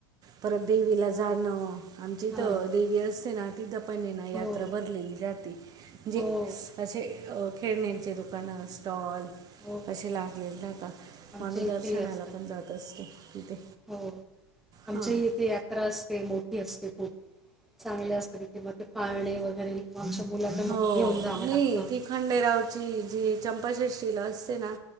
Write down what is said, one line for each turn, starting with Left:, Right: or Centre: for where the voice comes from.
Right: परत देवीला जाणं. आमची इथ
Centre: हां
Right: देवी असते ना तिथ पण ये ना यात्रा
Centre: हो
Right: भर ली जातेे म्हणजे
Centre: हो
Right: असे खेळण्यांचे दुकान स्टॉल
Centre: हो
Right: असे लागलेले राहता
Centre: आमच्या
Right: मग आम्ही
Centre: इथेही
Right: दर सणाला
Centre: असतात
Right: पण जात असतो तिथे
Centre: हो आमच्याही
Right: हां
Centre: येथे यात्रा असते मोठी असते खूप चांगले असत तिथे मग ते पाळणे वगैरे आमच्या मुलाना
Right: हो.
Centre: घेऊन जावं
Right: नाही
Centre: लागतं.
Right: ती खंडेरावची जी चंपाषष्ठीला असते ना